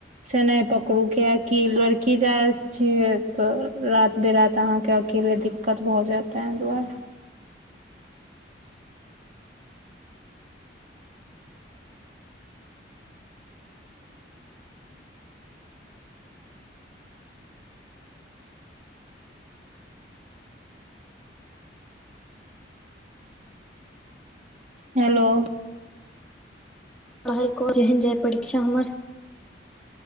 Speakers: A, on the right; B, in the centre.
A: से नहि पकड़ू क्य कि लड़की जाय छिय तऽ राात बिरात अहाँके अकेले दिक्कत भऽ जायत तहि दुआरे हेलो
B: पढ़ाइ क जेहन जाय परीक्षा हमर